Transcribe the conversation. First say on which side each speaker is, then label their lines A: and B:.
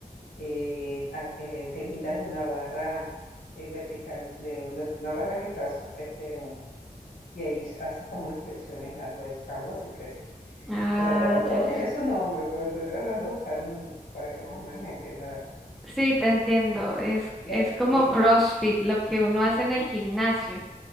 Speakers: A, on the left (about 65°); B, in the centre.
A: eh, a- eh, te guindas de una barra eh, vertical, de una, una barra que está, su- este, un- y ahí haces como unas flexiones, algo, es- algo así parecido.
B: ah,
A: O sea, todo, todo
B: ya. ya.
A: tiene su nombre, pero estoy tratando de buscar un para que más o menos entienda la cosa.
B: Sí, te entiendo. Es, es
A: Y, hay-
B: como
A: y-
B: CrossFit,
A: y-
B: lo que uno hace en el gimnasio.